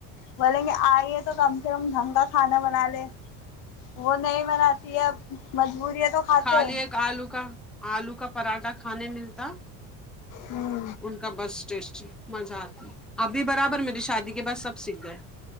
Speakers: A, on the left; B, in the centre.
A: بولیں گے آئیے ہو تو کم سے کم ڈھنگ کا کھانا بنا لے وہ نہیں بناتی ہے اب مجبوری ہے تو کھاتے
B: خالی
A: ہیں
B: ایک آلو کا آلو کا پراٹھا کھانے ملتا
A: ہوں
B: ان کا بس ٹیسٹی مزہ آتی ابھی برابر میری شادی کے بعد سب سیکھ گئے